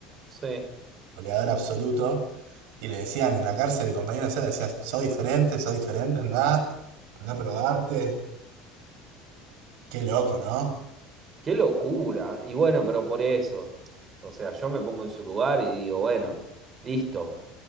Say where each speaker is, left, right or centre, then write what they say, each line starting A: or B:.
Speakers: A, on the right (about 20°); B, on the right (about 65°).
A: Sí.
B: goleador absoluto, y le decían en la cárcel, el compañero de celda decía, soy diferente, soy diferente, andá, andá a probarte. Qué loco, ¿no?
A: Qué locura. Y bueno, pero por eso. O sea, yo me pongo en su lugar y digo, bueno, listo.